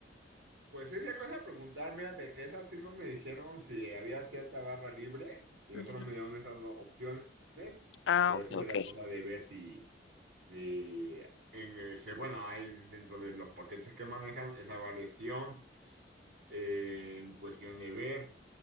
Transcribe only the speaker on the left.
Ujú.
Ah,
ok,
ok.